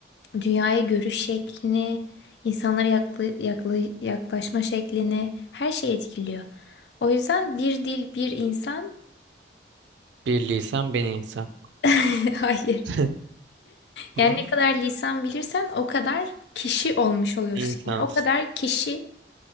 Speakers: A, on the left; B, on the right.
A: dünyaya görüş şeklini, insanlara yakla- yakla- yaklaşma şeklini her şeyi etkiliyor. O yüzden bir dil, bir insan
B: Bir lisan ben insan.
A: <laughs> hayır.
B: <laughs>
A: Yani
B: Ne?
A: ne kadar lisan bilirsen o kadar kişi olmuş oluyorsun.
B: İnsans.
A: Yani o kadar kişi